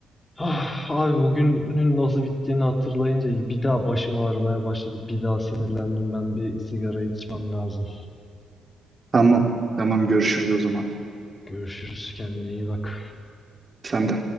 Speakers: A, on the left; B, on the right.
A: Ah, abi bugünün nasıl bittiğini hatırlayınca bir daha başım ağrımaya başladı. Bir daha sinirlendim. Ben bir sigara içmem lazım.
B: Tamam. Tamam görüşürüz o zaman.
A: Görüşürüz. Kendine iyi bak.
B: Sen de.